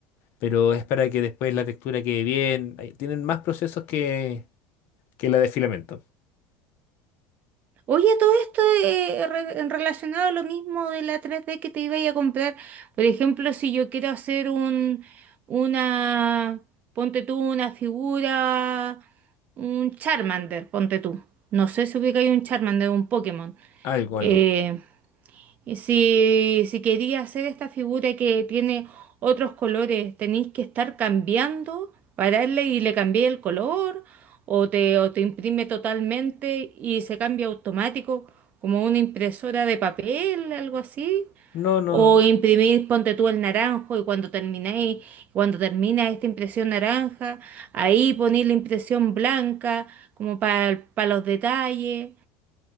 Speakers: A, on the left; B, on the right.
A: pero es para que después la textura quede bien. Ay, Tienen más procesos que, que la de filamento.
B: Oye, todo esto eh, re- relacionado a lo mismo de la tres d que te iba a ir a comprar. Por ejemplo, si yo quiero hacer un, una, ponte tú, una figura, un Charmander, ponte tú. No sé si ubica ahí un Charmander, un Pokémon.
A: Algo,
B: Eh,
A: algo.
B: y si, si quería hacer esta figura que tiene otros colores, tenéis que estar cambiando, pararle y le cambié el color, o te, o te imprime totalmente y se cambia automático, como una impresora de papel, algo así.
A: No, no,
B: O
A: no.
B: imprimir, ponte tú el naranjo y cuando terminéis, cuando termina esta impresión naranja, ahí ponéis la impresión blanca, como para los detalles,